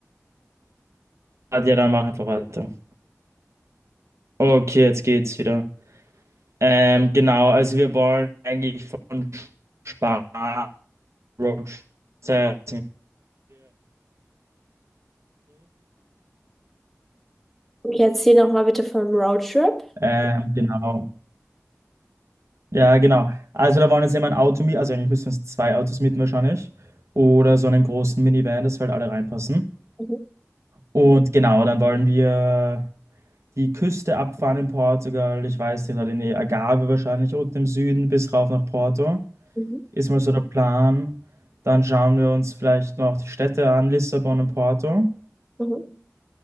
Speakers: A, on the right; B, in the centre.
A: Ah, Ja, dann mach einfach weiter. Okay, jetzt geht's wieder. Ähm, genau, also wir wollen eigentlich von Spanien Roadtrip.
B: Okay, erzähl noch mal bitte vom Roadtrip.
A: Ähm, genau. Ja, genau. Also da wollen jetzt immer ein Auto mieten, also eigentlich müssen wir uns zwei Autos mieten wahrscheinlich. Oder so einen großen Minivan, dass wir halt alle reinpassen.
B: Mhm,
A: Und genau, dann wollen wir die Küste abfahren in Portugal. Ich weiß nicht, halt in die Algarve wahrscheinlich unten im Süden bis rauf nach Porto.
B: mhm,
A: Ist mal so der Plan. Dann schauen wir uns vielleicht noch die Städte an, Lissabon und Porto.
B: mhm. mhm.